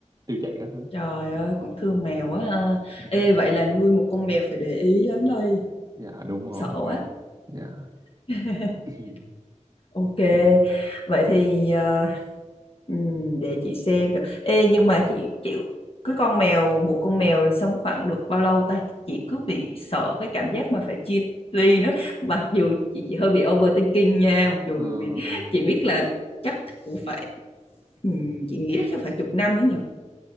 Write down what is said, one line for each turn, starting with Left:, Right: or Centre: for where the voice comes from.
Right: tiêu chảy các thứ.
Left: Trời ơi, cũng thương mèo quá ha.
Right: <laughs>
Left: Ê, vậy là nuôi một con mèo phải để ý lắm đây.
Right: Dạ đúng rồi.
Left: Sợ quá.
Right: Dạ.
Left: <laughs>
Right: <laughs>
Left: Ok,
Right: Ừ.
Left: vậy thì ờ, ừm, để chị xem được. Ê, nhưng mà chị chịu cái con mèo, một con mèo sống khoảng được bao lâu ta? Chị cứ bị sợ cái cảm giác mà phải chia ly nữa. Mặc dù chị chị hơi bị overthinking nha, mặc dù
Right: Ờ,
Left: vì chị biết là chắc cũng phải ừm, chị nghĩ là chắc phải chục năm ấy nhở.